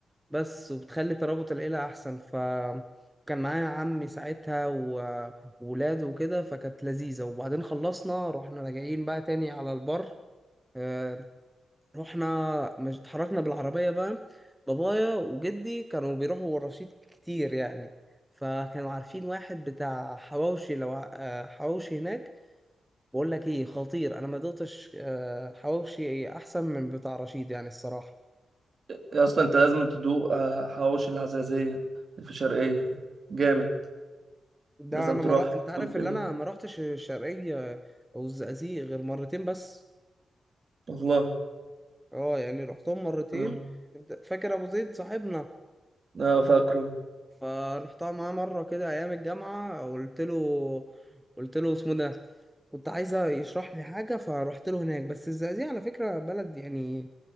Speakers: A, in the centre; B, on the right (about 40°).
A: بس وبتخلي ترابط العيلة أحسن ف كان معايا عمي ساعتها و- وولاده وكده فكانت لذيذة وبعدين خلصنا رحنا راجعين بقى تاني على البر آه، رحنا مش اتحركنا بالعربية بقى بابايا وجدي كانوا بيروحوا الرشيد كتير يعني فكانوا عارفين واحد بتاع حواوشي لو ع- آه، حواوشي هناك بقول لك ايه خطير انا ما دقتش آه، حواوشي احسن من بتاع رشيد يعني الصراحة
B: يا اسطى انت لازم تدوق آه، حواوشي العزازية اللي في شرقية جامد
A: ده
B: لازم
A: انا
B: تروح
A: ما رح... انت عارف
B: يوم كده
A: اللي انا ما رحتش الشرقية او الزقازيق غير مرتين بس
B: والله
A: اه يعني رحتهم مرتين
B: اه
A: انت فاكر ابو زيد صاحبنا
B: آه، فاكره
A: فرحتها معاه مرة كده ايام الجامعة قلت له قلت له اسمه ده كنت عايزة يشرح لي حاجة فرحت له هناك بس الزقازيق على فكرة بلد يعني